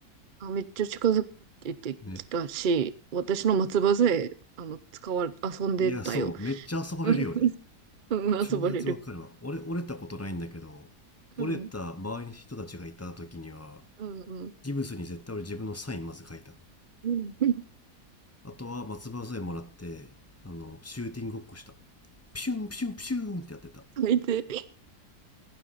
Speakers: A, on the right; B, on the left.
A: あ、めっちゃ近づいてきたし、
B: ね。
A: 私の松葉杖、あの、使われ、遊んでたよ。
B: いや、そう、めっちゃ遊ばれるよね。
A: <laughs> うん、うん遊ばれる。
B: 超絶わかるわ。俺、折れたことないんだけど、
A: うん、
B: 折れた周りの人たちがいた時には、
A: うん、うん。
B: ギブスに絶対俺自分のサインまず書いた。
A: うん <laughs>
B: あとは松葉杖もらって、あの、シューティングごっこした。ピシュンピシュンピシュンってやってた。い
A: それで、